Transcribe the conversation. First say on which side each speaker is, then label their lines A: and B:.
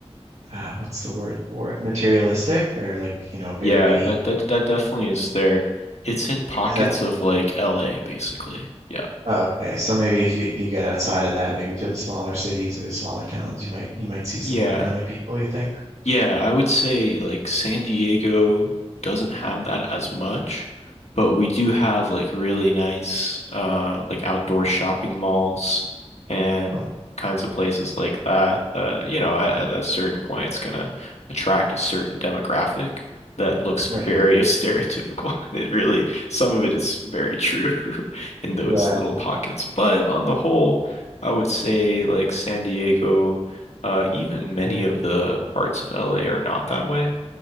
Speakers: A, on the right; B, on the left.
A: uh, what's the word for it? Materialistic or like, you know, very
B: Yeah, that that that definitely is there. It's in pockets
A: and, and that
B: of like LA, basically. Yeah.
A: oh, okay. So maybe if you if you get outside of that, maybe to the smaller cities or smaller towns, you might you might see
B: Yeah.
A: some more friendly people, you think?
B: Yeah, I would say like San Diego doesn't have that as much, but we do
A: Mm,
B: have like really nice uh like outdoor shopping malls and
A: cool.
B: kinds of places like that. Uh, you know, at, at a certain point it's gonna attract a certain demographic that looks very
A: Right.
B: <laughs> stereotypical. It really, some of it is very true <laughs> in those
A: Yeah,
B: little pockets, but on the whole, I would say like San Diego. Uh, even many
A: yeah.
B: of the parts of LA are not that way.